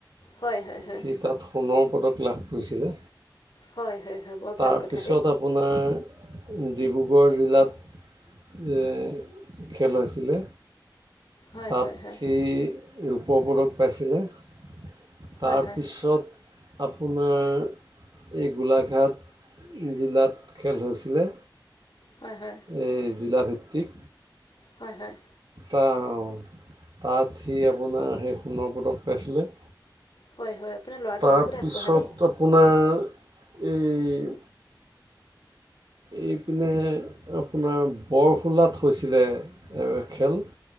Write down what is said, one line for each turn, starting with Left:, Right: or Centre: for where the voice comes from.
Left: হয় হয় হয় হয়
Right: সি তাত সোণৰ পদক লাভ কৰিছিলে।
Left: হয় হয় হয় হয় বৰ
Right: তাৰপিছত
Left: ভাল কথা দেই
Right: আপোনাৰ ডিব্ৰুগড় জিলাত, যে খেল হৈছিলে,
Left: হয়
Right: তাত
Left: হয় হয়
Right: সি ৰূপ পদক পাইছিলে। তাৰপিছত
Left: হয় হয়
Right: আপোনাৰ, এই গোলাঘাট জিলাত খেল হৈছিলে।
Left: হয় হয়।
Right: এই জিলাভিত্তিক
Left: হয় হয়।
Right: তাও তাত সি আপোনাৰ সেই সোণৰ পদক পাইছিলে।
Left: হয় হয়, আপোনাৰ ল'ৰাটো
Right: তাৰপিছত
Left: বহুত আগবঢ়া দেই।
Right: আপোনাৰ এই এইপিনে আপোনাৰ বৰসোলাত হৈছিলে, খেল।